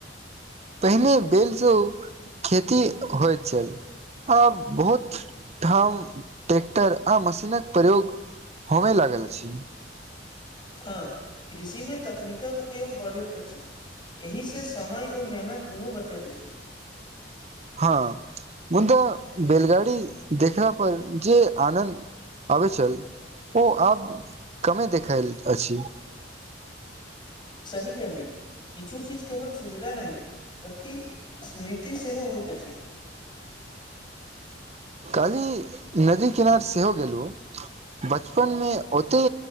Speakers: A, on the right (about 35°); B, on the left (about 25°).
A: पहिने बेलसँ ओ खेती होइत छल। आब बहुत ठाम ट्रैक्टर आ मशीनक प्रयोग। होमै लागल अछि।
B: हँ, कृषि में तकनीकक उपयोग बढ़ैत अछि। एहिसँ समय ओ मेहनत दुनू बचैत अछि।
A: हँ। मुदा बैेलगाड़ी देखला पर जे आनन्द आबै छल। ओ आब कमे देखायल अछि।
B: सही कहली, किछु चीज केवल सुविधा नहि। बल्कि स्मृति सेहो होइत अछि।
A: काल्हि नदी किनार सेहो गेलहुँ। बचपन में ओते